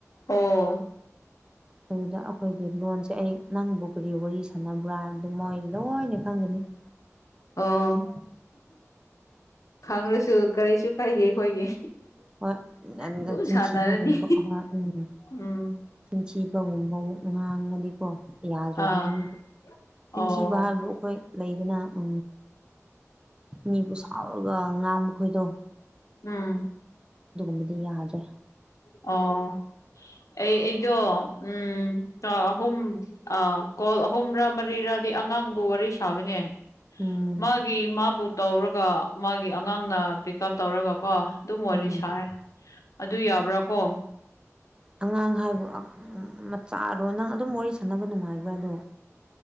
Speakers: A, on the left; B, on the right.
A: ꯑꯣ
B: ꯑꯗꯨꯗ ꯑꯩꯈꯣꯏꯒꯤ ꯂꯣꯟꯁꯦ ꯑꯩ ꯅꯪꯕꯨ ꯀꯔꯤ ꯋꯥꯔꯤ ꯁꯥꯟꯅꯕ꯭ꯔꯥ ꯍꯥꯏꯅꯗ ꯃꯣꯏ ꯂꯣꯏꯅ ꯈꯪꯒꯅꯤ <inaudible>
A: ꯑꯣ ꯈꯪꯗ꯭ꯔꯁꯨ ꯀꯔꯤꯁꯨ ꯀꯥꯏꯗꯦ ꯑꯩꯈꯣꯏꯒꯤ
B: ꯍꯣꯏ
A: ꯑꯗꯨꯝ
B: ꯆꯤꯟꯊꯤꯕꯒꯨꯝꯕ
A: ꯁꯥꯟꯅꯔꯅꯤ
B: ꯍꯣꯏ ꯎꯝ
A: ꯎꯝ
B: ꯆꯤꯟꯊꯤ ꯀꯒꯨꯝꯕꯛ ꯉꯥꯡꯉꯗꯤꯀꯣ ꯌꯥꯗ꯭ꯔꯕꯅꯦ
A: ꯑꯥ
B: ꯑꯗꯨ
A: ꯑꯣ
B: ꯇꯤꯟꯊꯤꯕ ꯍꯥꯏꯕꯕꯨ ꯑꯩꯈꯣꯏ ꯂꯩꯗꯨꯅ ꯎ ꯃꯤꯕꯨ ꯁꯥꯎꯔꯒ ꯉꯥꯡ ꯃꯈꯣꯏꯗꯣ
A: ꯎꯝ
B: ꯃꯗꯤ ꯌꯥꯖ
A: ꯑꯣ ꯑꯩ ꯑꯩꯗꯣ ꯎꯝ ꯑꯍꯨꯝ ꯑ ꯀꯣꯜ ꯑꯍꯨꯝꯔ ꯃꯔꯤꯔꯗꯤ ꯑꯉꯥꯡꯕꯨ ꯋꯥꯔꯤ ꯁꯥꯕꯅꯦ
B: ꯎꯝ
A: ꯃꯥꯒꯤ ꯃꯥꯕꯨ ꯇꯧꯔꯒ ꯃꯥꯒꯤ ꯑꯉꯥꯡꯅ ꯆꯤꯞ ꯇꯧꯔꯒ ꯀꯣ ꯑꯗꯨꯝ ꯋꯥꯔꯤ
B: ꯎꯝ
A: ꯁꯥꯔꯦ ꯑꯗꯨ ꯌꯥꯕ꯭ꯔꯥ ꯀꯣ
B: ꯑꯉꯥꯡ ꯍꯥꯏꯕꯨ ꯃꯆꯥꯗꯣ ꯅꯪ ꯑꯗꯨꯝ ꯋꯥꯔꯤ ꯁꯥꯟꯅꯕ ꯅꯨꯡꯉꯥꯏꯕ꯭ꯔꯥ ꯑꯗꯣ